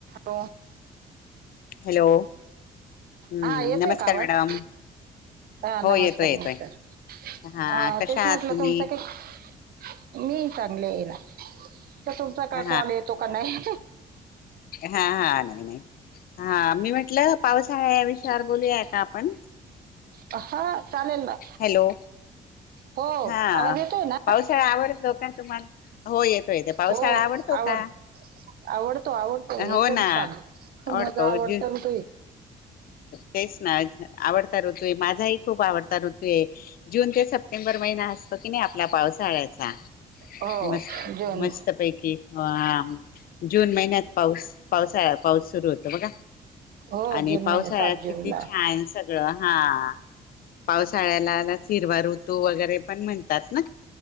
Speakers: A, on the right (about 60°); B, on the left (about 60°).
A: हो
B: हॅलो हम्म
A: हा येतोय
B: नमस्कार
A: का आवाज
B: मॅडम
A: ह
B: हो
A: नमस्कार
B: येतोय येतोय
A: नमस्कार
B: हा
A: अ
B: कशा
A: तेच
B: आहात
A: म्हटलं
B: तुम्ही
A: तुमचा काही मी चांगले आहे ना. तुमचा काय
B: हा
A: कॉल येतो का नाही.
B: हा हा नाही नाही. हा मी म्हटलं पावसाळ्या विषयावर- बोलूया का आपण.
A: हा चालेल ना
B: हॅलो
A: हो
B: हा
A: आवाज येतोय ना
B: पावसाळा आवडतो का तुम्हाला हो येतो येतो पावसाळा
A: हो
B: आवडतो
A: आवड
B: का
A: आवडतो आवडतो
B: हो
A: एकदम
B: ना
A: छान
B: आवडतो
A: माझा आवडता
B: ज
A: ऋतू आहे.
B: तेच ना आवडत. तर माझाही खूप आवडतं- ऋतू जून ते सप्टेंबर महिना असतो की नाही आपला पावसाळ्याचा.
A: हो
B: मस्त
A: जून
B: मस्त पैकी ओ आ - जून महिन्यात पाऊस पावसाळा पाऊस सुरू होतो बघा.
A: हो
B: आणि
A: जून
B: पावसाळ्यात
A: महिने सात जूनला
B: किती छान सगळं हा हा हा. पावसाळ्याला चिरवा रूत- <unintelligible> <unintelligible> तू वगैरे पण म्हणतात ना?